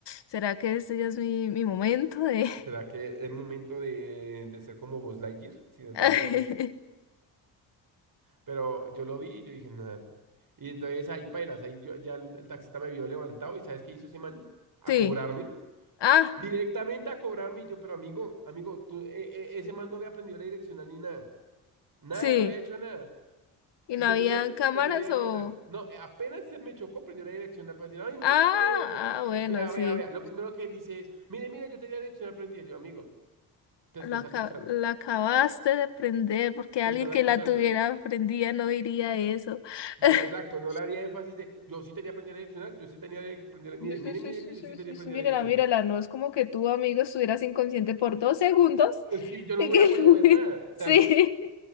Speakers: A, on the left (about 60°); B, on the right (about 45°).
A: ¿será que este ya es mi, mi momento de...?
B: ¿será que es momento de, de ser como Buzz Lightyear? Sin el
A: <laughs>
B: brazo derecho. Pero yo lo vi y yo dije, nada. Y entonces ahí pailas, ahí yo- ya el, el taxista me vio levantado y ¿sabes qué hizo ese man? A
A: Sí,
B: cobrarme.
A: ah,
B: Directamente a cobrarme. Y yo, pero amigo, amigo, tú, eh, eh, ese man no había aprendido la direccional ni nada. Nada,
A: sí.
B: no había hecho nada.
A: ¿Y
B: Y
A: no
B: según
A: había
B: él,
A: cámaras
B: aprendió la direccional.
A: o...?
B: No, eh, apenas se me chocó, aprendió la direccional para decir, ay, no,
A: Ah,
B: yo tenía direccional prendida.
A: ah, bueno,
B: Vea,
A: sí.
B: vea, vea. Lo primero que él dice es, mire, mire, yo tenía direccional prendida. Yo, amigo, te estás
A: La, aca-
B: acusando.
A: la acabaste de prender porque
B: Te
A: alguien
B: estás
A: que
B: acusando.
A: la tuviera prendida no diría eso.
B: de-
A: <laughs>
B: Exacto, no le haría énfasis de yo sí tenía que aprender a direccionar, yo sí tenía que aprender, mire,
A: Sí, sí,
B: mire,
A: sí,
B: mire
A: sí,
B: que yo
A: sí,
B: sí tenía
A: sí,
B: que aprender
A: sí, Mírala,
B: a direccionar.
A: mírala, no es como que tu amigo estuvieras inconsciente por dos segundos.
B: <laughs> Sí, yo no
A: <laughs>
B: hubiera podido ver nada. O sea,
A: Sí.